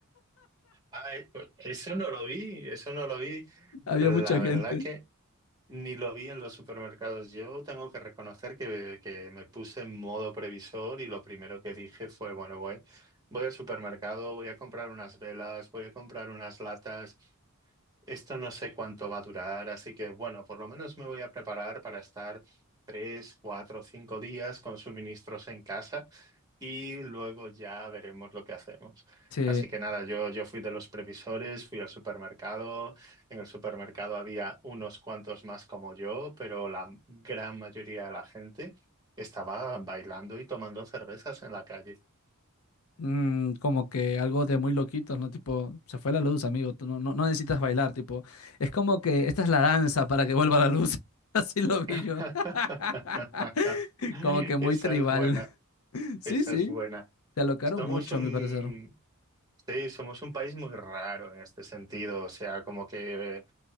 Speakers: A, on the right; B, on the left.
A: Ay, pues, eso no lo vi, eso no lo vi.
B: <laughs> había
A: la
B: mucha
A: verdad
B: gente.
A: que ni lo vi en los supermercados. Yo tengo que reconocer que, que me puse en modo previsor y lo primero que dije fue, bueno, voy, voy al supermercado, voy a comprar unas velas, voy a comprar unas latas, esto no sé cuánto va a durar, así que bueno, por lo menos me voy a preparar para estar tres, cuatro, cinco días con suministros en casa y luego ya veremos lo que hacemos.
B: Sí.
A: Así que nada, yo, yo fui de los previsores, fui al supermercado. En el supermercado había unos cuantos más como yo, pero la gran mayoría de la gente estaba bailando y tomando cervezas en la calle.
B: Mm, como que algo de muy loquitos, ¿no? Tipo, se fue la luz, amigo, tú no, no, no necesitas bailar, tipo, es como que esta es la danza para que vuelva la luz. <laughs> Así lo vi
A: <laughs>
B: yo. <laughs> Como que muy
A: Esa
B: tribal.
A: es buena,
B: <laughs> Sí,
A: esa
B: sí,
A: es buena.
B: se alocaron
A: Somos
B: mucho,
A: un,
B: a mi parecer.
A: sí, somos un país muy raro en este sentido, o sea, como que